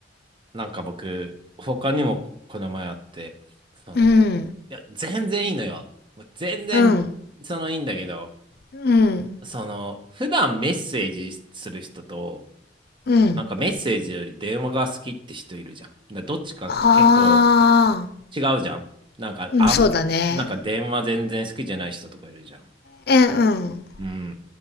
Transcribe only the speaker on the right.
なんか僕、他にもこの前あって、その、
いや、全然いいのよ。もう全然、
そのいいんだけど、
その、普段メッセージする人と、
なんかメッセージより電話が好きって人いるじゃん。でどっちか結構
違うじゃん。なんか、
あん、
なんか電話全然好きじゃない人とかいるじゃん。
うん。